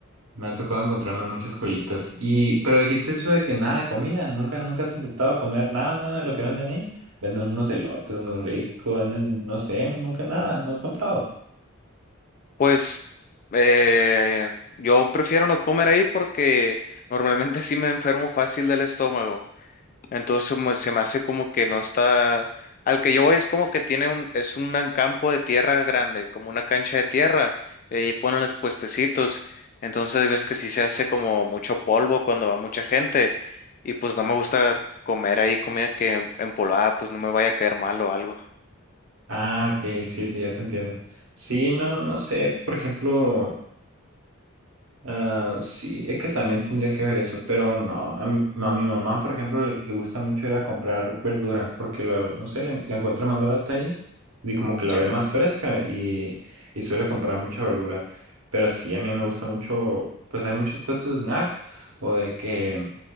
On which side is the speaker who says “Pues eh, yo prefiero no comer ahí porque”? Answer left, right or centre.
Left